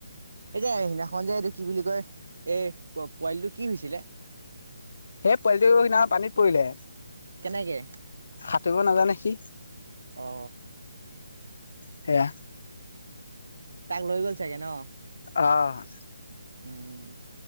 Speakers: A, on the right (about 80°); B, on the left (about 45°).
A: এ যে সেইদিনাখন যে এইটো কি বুলি কয়। <unintelligible> এই পোৱালিটো কি হৈছিলে?
B: সেই পোৱালিট সিদিনা পানীত পৰিলে।
A: কেনেকে
B: সাঁতুৰীভ নাজানে সি
A: অ
B: সেয়া
A: তাক লৈ গ'ল চাগে ন
B: অঁ
A: উম